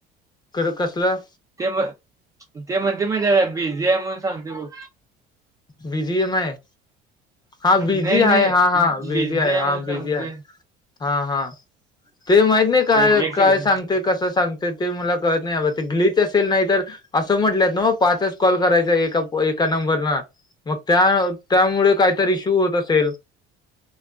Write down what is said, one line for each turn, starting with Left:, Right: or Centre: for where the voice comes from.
Left: क कसलं
Right: ते मग ते म्हणते मग त्याला बिझी आहे म्हणुन सांगते बघ
Left: बिझी आहे माय हा बिझी
Right: नाही
Left: आहे
Right: नाही
Left: हा हा बिझी आहे हा
Right: म्हणून सांगते
Left: बिझी आहे हा हा ते माहित नाही काय
Right: एक एक
Left: काय
Right: सेकंड
Left: सांगते कसं सांगते ते मला कळत नाही ते ग्लीच असेल नाही तर असं म्हंटल्यात ना पाचच कॉल करायचा एका एका नंबरन मग त्या त्यामुळे काहीतरी इश्यु होत असेल